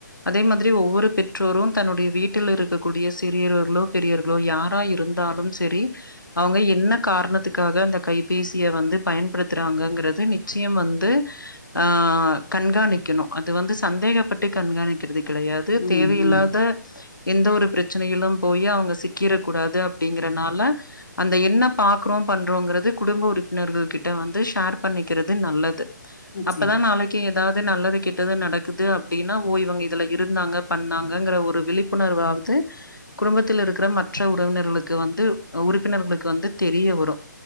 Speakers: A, on the left; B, on the left.
A: அதே மாதி ரி ஒவ்வொரு பெற்றோரும் தன்னுடைய வீட்டில இருகக்கூடிய சிறியோர்களோ பெரியோர்களோ யாரா இருதாலும் செரி அவுங்க என்ன காரணதுக்காக அந்த கைபேசிய வந்து பயன்படுதுறாங்கங்கிறத நிச்சயம் வந்து ஆ கண்காணிக்கனும் அது வந்து சந்தேகபட்டு கண்காணிக்கிறது கெடையாது தேவையில்லாத
B: ம் ம்
A: எந்த ஒரு பிரசனையிலு போயி அவுங்க சிக்கிர கூடாது அப்பிடிங்றனால அந்த என்ன பாக்றோ பண்றோங்கிறது குடும்ப உறுபினர்கள் கிட்ட வந்து ஷேர் பண்ணிகிறது நல்லது
B: நிச்சயமா.
A: அப்பதா நாளைக்கி தாது நல்லது கெட்டது நடகுது அப்பிடினா ஓ இவங்க இதா இதுல இருந்தாங்க பண்ணாங்கிர ஒரு விழிபுணர்வாது குடுபத்தில இருக்கிற மற்ற உறவினர்களுக்கு வந்து உறுபினர்களுக்கு வந்து தெரிய வரு